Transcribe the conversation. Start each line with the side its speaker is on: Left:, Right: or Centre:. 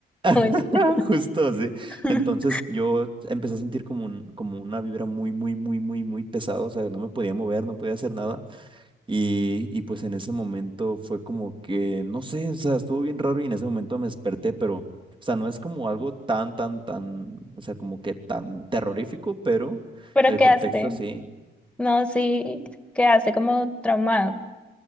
Centre: No,
Right: <laughs>
Centre: Mentira.
Right: Justo, sí.
Centre: <laughs>
Right: Entonces yo empecé a sentir como un, como una vibra muy, muy, muy, muy, muy pesada. O sea, no me podía mover, no podía hacer nada. Y, y pues en ese momento fue como que, no sé, o sea, estuvo bien raro y en ese momento me desperté, pero, o sea, no es como algo tan, tan, tan, o sea, como que tan terrorífico, pero
Centre: Pero
Right: el
Centre: ¿qué
Right: contexto
Centre: hace?
Right: sí.
Centre: No, sí, ¿qué hace? Como traumado.